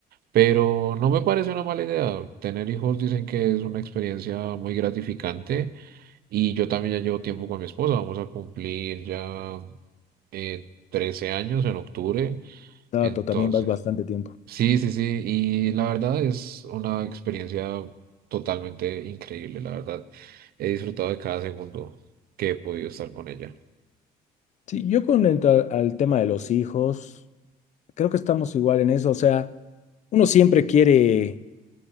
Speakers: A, on the right; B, on the left.
A: Pero no me parece una mala idea. Tener hijos dicen que es una experiencia muy gratificante y yo también ya llevo tiempo con mi esposa. Vamos a cumplir ya eh, 13 años en octubre.
B: No,
A: Entonces,
B: tú también vas bastante tiempo.
A: Sí, sí, sí, y la verdad es una experiencia totalmente increíble, la verdad. He disfrutado de cada segundo que he podido estar con ella.
B: Sí, yo con el, ta- al tema de los hijos, creo que estamos igual en eso, o sea, uno siempre quiere